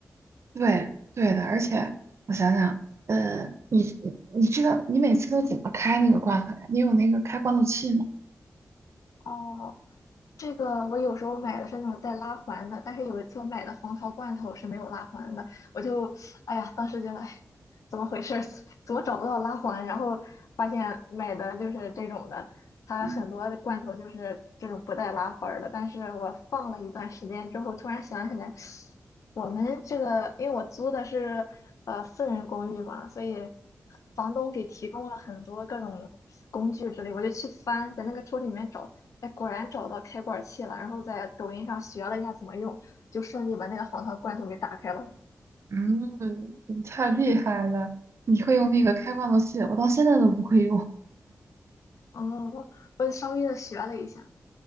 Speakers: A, on the right; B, on the left.
A: 对对的，而且我想想，呃，你你知道你每次都怎么开那个罐头呀？你有那个开罐头器吗？
B: 哦，这个我有时候买的是那种带拉环的，但是有一次我买的黄桃罐头是没有拉环的，我就，哎呀，当时觉得，哎，怎么回事儿？<laughs> 怎么找不到拉环？然后发现买的就是这种的，它很多的罐头就是这种不带拉环儿的。
A: 嗯
B: 但是我放了一段时间之后，突然想起来，我们这个，因为我租的是呃私人公寓嘛，所以房东给提供了很多各种工具之类，我就去翻，在那个抽屉里面找。哎，果然找到开罐器了，然后在抖音上学了一下怎么用，就顺利把那个黄桃罐头给打开了。
A: 嗯，你太厉害了，你会用那个开罐头器，我到现在都不会用。
B: 哦，我稍微的学了一下